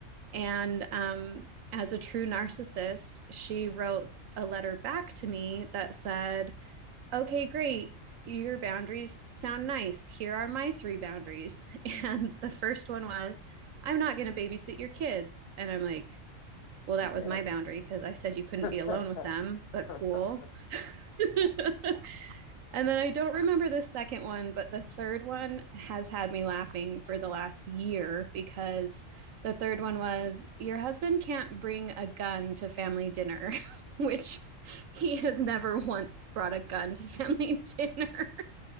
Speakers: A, on the right (about 80°); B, on the left (about 55°).
A: And um, as a true narcissist, she wrote a letter back to me that said, Okay, great. Your boundaries sound nice. Here are my three boundaries. <laughs> And the first one was, I'm not going to babysit your kids. And I'm like, well, that
B: Yeah,
A: was my
B: that's.
A: boundary because I said you couldn't be alone
B: <laughs>
A: with them, but cool.
B: <laughs>
A: <laughs> And then I don't remember the second one, but the third one has had me laughing for the last year because the third one was your husband can't bring a gun to family dinner, <laughs> which he has never once brought a gun to family dinner.